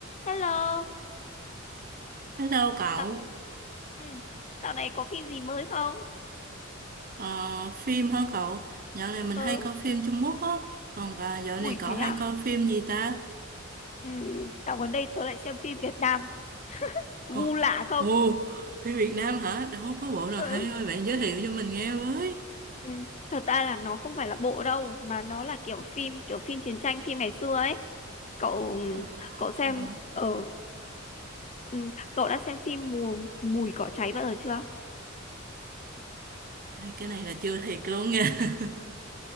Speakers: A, on the left (about 35°); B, on the right (about 45°).
A: Hello,
B: Hello cậu,
A: dạo, ừ, dạo này có phim gì mới không?
B: Ờ, phim hả cậu? Dạo này mình
A: Ừ,
B: hay coi phim Trung Quốc á, còn à, dạo này
A: ui
B: cậu
A: thế
B: hay
A: à?
B: coi phim gì ta?
A: Ừ, dạo gần đây tôi lại xem phim Việt Nam, gu
B: Ồ,
A: lạ không?
B: ồ, phim Việt Nam hả? Đâu có bộ nào
A: Ừ,
B: hay thôi, bạn giới thiệu cho mình nghe với.
A: ừ, thật ra là nó không phải là bộ đâu, mà nó là kiểu phim, kiểu phim chiến tranh, phim ngày xưa ấy. Cậu,
B: Ờ,
A: cậu xem,
B: Ồ,
A: ờ, ừ, cậu đã xem phim mùi, mùi cỏ cháy bao giờ chưa?
B: đây, cái này là chưa thiệt luôn nha. <laughs>